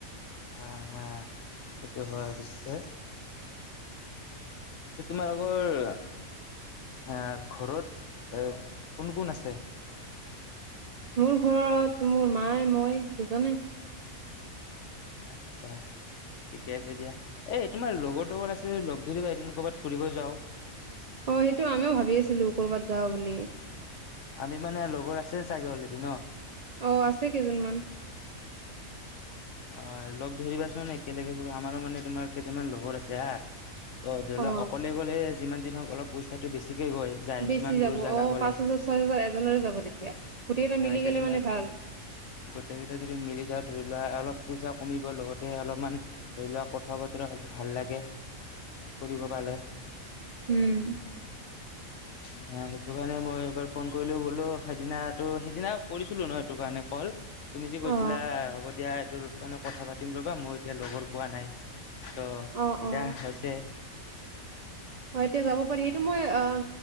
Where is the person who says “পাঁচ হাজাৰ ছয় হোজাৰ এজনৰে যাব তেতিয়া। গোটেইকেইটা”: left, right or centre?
Right